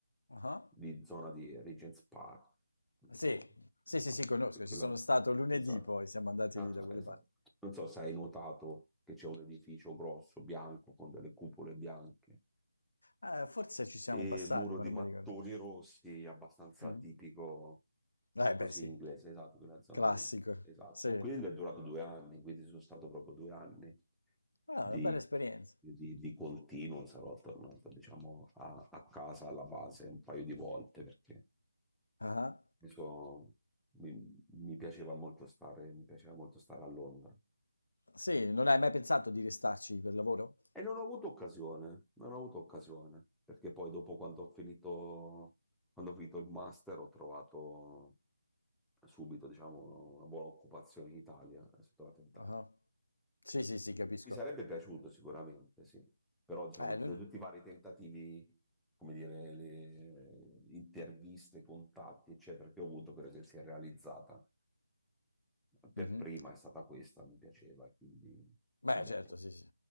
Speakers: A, on the left; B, in the centre.
A: ah.
B: di zona di Regent's Park, non
A: Sì,
B: so,
A: sì,
B: esatto,
A: sì, sì, conosco,
B: que- quella,
A: ci sono stato lunedì
B: esatto,
A: poi, siamo andati
B: Ah,
A: lì
B: ah,
A: da quelle
B: esatto.
A: parti.
B: Non so se hai notato che c'è un edificio grosso, bianco, con delle cupole bianche.
A: Eh, forse ci siamo
B: E
A: passati,
B: muro
A: ma
B: di
A: non
B: mattoni
A: mi ricordo.
B: rossi, abbastanza
A: Mhm.
B: tipico
A: Eh
B: così
A: beh, sì,
B: inglese, esatto, quella zona
A: classico,
B: lì. Esatto.
A: sì.
B: E quello è durato due anni, quindi sono stato proprio due anni
A: Ah,
B: di,
A: una bella esperienza.
B: di- di continuo. Sarò tornato, diciamo, a, a casa, alla base, un paio di volte perché
A: Ah, ah.
B: mi, so- mi- mi piaceva molto stare, mi piaceva molto stare a Londra.
A: Sì, non hai mai pensato di restarci per lavoro?
B: E non ho avuto occasione, non ho avuto occasione, perché poi dopo quando ho finito, quando ho finito il master ho trovato subito, diciamo, una buona occupazione in Italia, e sono tornato in Italia.
A: Ah. ah. Sì, sì, sì, capisco.
B: Mi sarebbe piaciuto sicuramente, sì, però diciamo,
A: Eh,
B: tra
A: lun-
B: tutti i vari tentativi, come dire, le interviste, contatti, eccetera, che ho avuto, quella che si è realizzata per
A: Mhm.
B: prima è stata questa, mi piaceva, quindi,
A: Beh,
B: vabbè,
A: certo,
B: poi,
A: sì, sì.